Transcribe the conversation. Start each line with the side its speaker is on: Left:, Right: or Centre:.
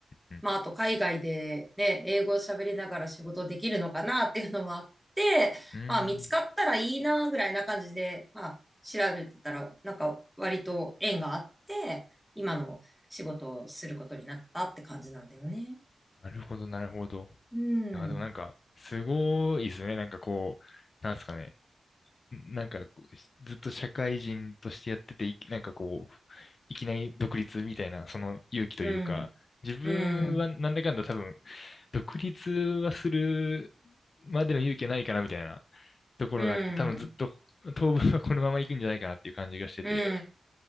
Left: うん。
Centre: まあ、あと海外でね、英語を喋りながら仕事できるのかなっていうのもあって、
Left: うん。
Centre: まあ、見つかったらいいなぐらいな感じで、まあ、調べてたら、なんか割と縁があって、今の仕事をすることになったって感じなんだよね。
Left: なるほど、なるほど。
Centre: うん、
Left: あでもなんか、すごいですね。なんかこう、なんですかね。んなんかこう、しずっと社会人としてやってて、いなんかこう、いきなり独立みたいな、その勇気というか、
Centre: うん、
Left: 自分はなんだかんだ多分、
Centre: うん、
Left: 独立はするまでの勇気はないかなみたいなところがあって、
Centre: うん、
Left: 多分ずっと当分はこのまま行くんじゃないかなっていう感じがしてて。
Centre: うん。